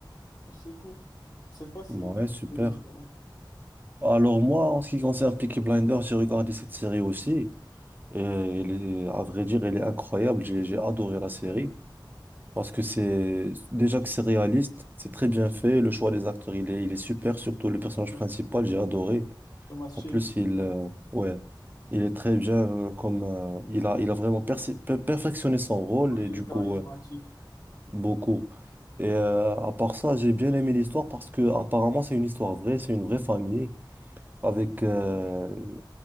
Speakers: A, on the left (about 45°); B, on the right (about 25°).
A: c'est tout. Je sais pas si
B: Ouais,
A: t'as
B: super.
A: fait des séries.
B: Alors moi, en ce qui concerne Peaky Blinders, j'ai regardé cette série aussi. Et elle est- à vrai dire, elle est incroyable. J'ai j'ai adoré la série.
A: Ouais,
B: Parce que c'est déjà que c'est réaliste, c'est très bien fait. Le choix des acteurs, il est, il est super, surtout le personnage
A: ouais.
B: principal, j'ai adoré.
A: Thomas Shelby.
B: En plus, il, euh, ouais, il est très bien euh, comme euh, il a, il a vraiment persi- per- perfectionné son rôle
A: Ouais,
B: et
A: il
B: du
A: est charismatique.
B: coup, euh, beaucoup. Et euh, à part ça, j'ai bien aimé l'histoire parce que apparemment, c'est une histoire vraie, c'est une vraie famille avec euh,